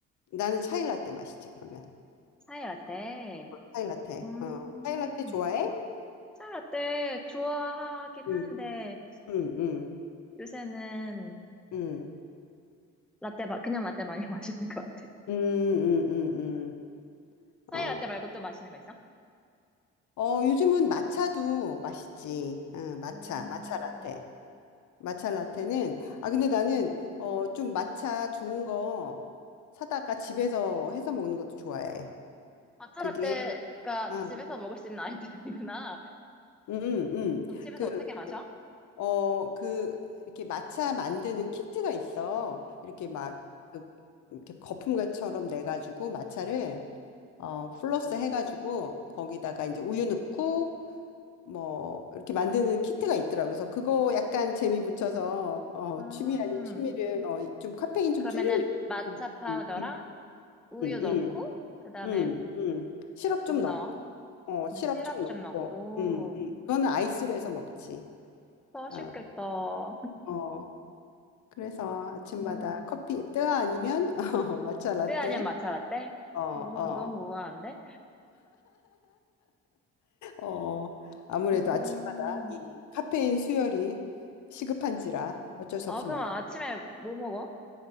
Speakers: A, on the left; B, in the centre.
A: 나는 차일라떼 마시지, 그러면.
B: 차이 라떼.
A: 차일라떼.
B: 음.
A: 어, 차일라떼 좋아해?
B: 차이 라떼 좋아하긴
A: 응,
B: 하는데
A: 응, 응,
B: 요새는
A: 응.
B: 라떼, 마, 그냥 라떼 많이 <laughs> 마시는 것 같아.
A: 응, 응, 응,
B: 차이
A: 응. 어.
B: 라떼 말고 또 마시는 거 있어?
A: 어, 요즘은 마차도 맛있지. 응, 마차,
B: 음.
A: 마차 라떼. 마차 라떼는, 아, 근데 나는, 어, 좀 마차 좋은 거 사다가 집에서 해서 먹는 것도 좋아해.
B: matcha
A: 그게
B: 라떼가
A: 아,
B: 집에서 먹을 수 있는 아이템이구나.
A: 음, 음.
B: 그럼 집에서
A: 그,
B: 어떻게 마셔?
A: 어, 그 이렇게 마차 만드는 키트가 있어. 이렇게 막 그, 이렇게 거품과처럼 내 가지고 마차를 어, 플러스 해 가지고 거기다가 이제 우유 넣고 뭐 이렇게 만드는 키트가 있더라고. 그래서 그거 약간 재미 붙여서 어,
B: 음.
A: 취미 아닌 취미를 어, 좀 카페인 좀
B: 그러면은
A: 줄이려고.
B: 마차 파우더랑
A: 음, 음,
B: 우유 넣고
A: 음.
B: 그다음에
A: 음. 음, 음. 시럽
B: 뭐
A: 좀
B: 넣어?
A: 넣고, 어, 시럽
B: 음, 시럽
A: 좀 넣고,
B: 좀 넣고
A: 음, 음. 그거는 아이스로 해서 먹지.
B: 맛있겠다.
A: 어, 어. 그래서 아침마다
B: 음.
A: 커피 뜨아 아니면 <laughs> 어, 마차 라떼.
B: 뼈 아니면 마차 라떼?
A: 어, 어,
B: 너무 너무 우아한데?
A: 어. 아무래도
B: 음.
A: 아침마다 이 카페인 수혈이 시급한지라 어쩔 수
B: 어
A: 없이
B: 그럼
A: 먹고.
B: 아침에 뭐 먹어?